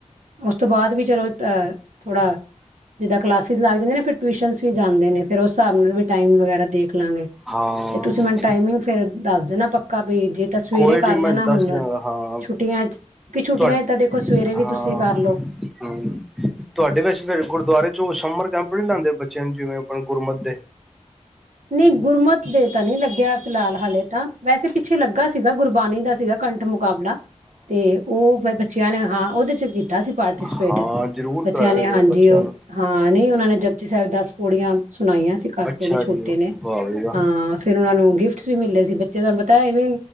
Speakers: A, on the right; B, in the centre.
A: ਉਸ ਤੋਂ ਬਾਅਦ ਵੀ ਚਲੋ ਤਾਂ, ਥੋੜ੍ਹਾ। ਜਿੱਦਾਂ ਕਲਾਸ ਸ ਲੱਗ ਜਾਂਣਗੇ, ਫਿਰ ਟੂਸ਼ਨ ਵੀ ਜਾਂਦੇ ਨੇ ਫਿਰ ਉਸ ਹਿਸਾਬ ਨਾਲ ਵੀ ਟਾਈਮ ਵਗੈਰਾ ਦੇਖ ਲਾਂਗੇ
B: ਹਾਂ
A: ਤੇ ਤੁਸੀਂ ਮੈਨੂੰ ਟਾਈਮਿੰਗ ਫੇਰ ਦੱਸ ਦੇਣਾ ਪੱਕਾ ਵੀ ਜੇ ਤਾਂ ਸਵੇਰੇ
B: ਕੋਈ
A: ਕਰ
B: ਨੀ
A: ਲੈਣਾ
B: ਮੈਂ ਦੱਸ
A: ਹੁਣ
B: ਦਿਆਂ ਹਾਂ
A: ਛੁੱਟੀਆਂ 'ਚ ਕਿ ਛੁੱਟੀਆਂ
B: ਤੁ
A: 'ਚ ਤਾਂ ਦੇਖੋ ਸਵੇਰੇ ਵੀ
B: ਹਾਂ
A: ਤੁਸੀਂ ਕਰ
B: ਹਮ
A: ਲਓ
B: ਤੁਹਾਡੇ ਵੈਸੇ ਗੁਰਦੁਆਰੇ ਚ ਸਮਰ ਕੈਂਪ ਨਹੀਂ ਲਾਦੇ ਬੱਚਿਆਂ ਨੂੰ ਜਿਵੇਂ ਆਪ ਗੁਰਮਤ ਦੇ
A: ਨਹੀਂ ਗੁਰਮਤ ਦੇ ਪਤਾ ਨਹੀਂ ਲੱਗਿਆ ਫਿਲਹਾਲ ਹਾਲੇ ਤਾਂ ਵੈਸੇ ਪਿੱਛੇ ਲੱਗਾ ਸੀਗਾ ਗੁਰਬਾਣੀ ਦਾ ਸੀਗਾ ਕੰਟ ਮੁਕਾਬਲਾ ਤੇ ਉਹ ਬੱਚਿਆਂ ਨੇ ਹਾਂ ਉਹਦੇ ਚ ਕੀਤਾ ਤਾਂਸੀ ਪਾਰਟੀਸਪੇਟ
B: ਹਾਂ ਜ਼ਰੂਰ
A: ਬੱਚਿਆਂ
B: ਕਰਾਇਆ
A: ਨੇ
B: ਕਰੋ
A: ਹਾਂਜੀ
B: ਬੱਚਿਆਂ
A: ਉਹ
B: ਨੂੰ
A: ਹਾਂ ਨਹੀਂ ਉਹਨਾਂ ਨੇ ਜ ਸਾਹਿਬ ਦਾਸ ਪੋੜੀਆਂ ਸੁਣਾਈਆਂ ਸੀ ਕਾਕੇ
B: ਅੱਛਾ
A: ਨੇ ਛੋਟੇ
B: ਜੀ
A: ਤੇ ਨੇ
B: ਵਾਹ ਬਈ ਵਾਹ
A: ਹਾਂ ਫਿਰ ਉਹਨਾਂ ਨੂੰ ਗਿਫਟ ਵੀ ਮਿਲਲੇ ਸੀ ਬੱਚੇ ਤੁਹਾਨੂੰ ਪਤਾ ਇਵੇਂ